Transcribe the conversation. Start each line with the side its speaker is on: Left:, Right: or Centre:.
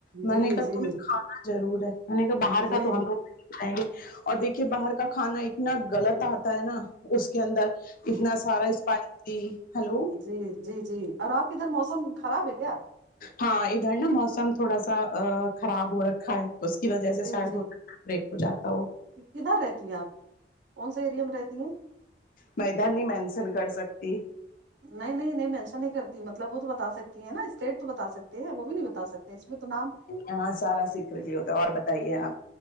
Left: میں
Right: جی
Left: نے کہا
Right: جی
Left: تمیں کھانا ضرور ہے میں نے کہا باہر
Right: جی
Left: کا تو ہم لوگ نہیں اور دیکھیے باہر کا کھانا اتنا غلط آتا ہے نا اس کے اندر اتنا سارا اسپائسی ہیلو
Right: جی جی جی اور آپ کے ادھر موسم خراب ہے کیا
Left: ہاں ادھر نا موسم تھوڑا سا آ خراب ہو رکھا ہے اس کی وجہ سے
Right: جی
Left: شاید
Right: جی
Left: وہ بریک ہو جاتا ہو
Right: کدھر رہتی ہیں آپ کون سے ایریا میں رہتی ہیں
Left: مے ادہر نہیں مینسن کر سکتی
Right: نہیں نہیں نہیں مینشن نہیں کرتی مطلب وہ تو بتا سک تی ہیں نا اسٹیٹ تو بتا سکتی ہیں وہ بھی نہیں بتا سکتے اس میں تو نام
Left: ہاں سارا سگریٹ ہی ہوتا اور بتائیے آپ